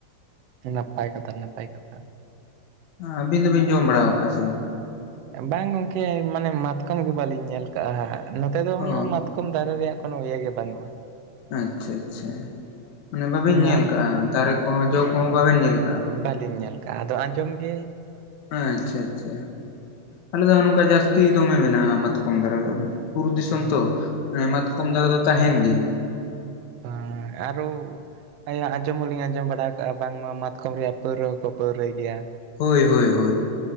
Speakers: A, on the right (about 70°); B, on the left (about 60°).
A: ᱱᱟᱯᱟᱭ ᱠᱟᱛᱷᱟ ᱱᱟᱯᱟᱭ ᱠᱟᱛᱷᱟ
B: ᱟᱹᱵᱤᱱ ᱫᱚᱵᱤᱱ ᱡᱚᱢ ᱵᱟᱲᱟ ᱟᱠᱟᱜᱼᱟ ᱥᱮ ᱵᱟᱝ?
A: ᱵᱟᱝ ᱜᱚᱝᱠᱮ ᱢᱟᱱᱮ ᱢᱟᱛᱠᱚᱢ ᱜᱮ ᱵᱟᱹᱞᱤᱧ ᱧᱮᱞ ᱠᱟᱜᱼᱟ ᱦᱟᱜ, ᱱᱚᱛᱮ ᱫᱚ
B: ᱚ
A: ᱚᱱᱟ ᱢᱟᱛᱠᱚᱢ ᱫᱟᱨᱮ ᱨᱮᱭᱟᱜ ᱠᱚᱱᱚ ᱤᱭᱟᱹ ᱜᱮ ᱵᱟᱹᱱᱩᱜᱼᱟ
B: ᱟᱪᱪᱷᱟ ᱟᱪᱪᱷᱟ ᱢᱟᱱᱮ ᱵᱟᱵᱮᱱ
A: ᱟᱫᱚ
B: ᱧᱮᱞ ᱠᱟᱜᱼᱟ ᱫᱟᱨᱮ ᱠᱚᱦᱚᱸ ᱡᱚ ᱠᱚᱦᱚᱸ ᱵᱟᱵᱮᱱ ᱧᱮᱞ ᱠᱟᱜᱼᱟ
A: ᱵᱟᱟᱹᱞᱤᱧ ᱧᱮᱞ ᱼᱼ ᱠᱟ ᱟᱫᱚ ᱟᱸᱡᱚᱢ ᱜᱮ
B: ᱟᱪᱪᱷᱟ ᱟᱪᱪᱷᱟ ᱟᱞᱮ ᱫᱚ ᱱᱚᱝᱠᱟ ᱡᱟᱹᱥᱛᱤ ᱫᱚᱢᱮ ᱢᱮᱱᱟᱜᱼᱟ ᱢᱟᱛᱠᱚᱢ ᱫᱷᱟᱨᱟ ᱫᱚ ᱵᱩᱨᱩ
A: ᱦᱮᱸ
B: ᱫᱤᱥᱚᱢ ᱛᱚ ᱢᱟᱛᱠᱚᱢ ᱫᱟᱨᱮ ᱫᱚ ᱛᱟᱦᱮᱱ ᱜᱮᱭᱟ᱾
A: ᱦᱟᱸᱻ ᱟᱨᱚ ᱟᱭᱟᱜ ᱟᱸᱡᱚᱢ ᱦᱚᱞᱤᱧ ᱟᱸᱡᱚᱢ ᱵᱟᱲᱟ ᱟᱠᱟᱜᱼᱟ ᱵᱟᱝᱢᱟ ᱢᱟᱛᱠᱚᱢ ᱨᱮᱭᱟᱜ ᱯᱟᱹᱣᱨᱟᱹ ᱦᱚᱠᱚ ᱯᱟᱹᱣᱨᱟᱹᱭ ᱜᱮᱭᱟ
B: ᱦᱳᱭ ᱦᱳᱭ ᱦᱳᱭ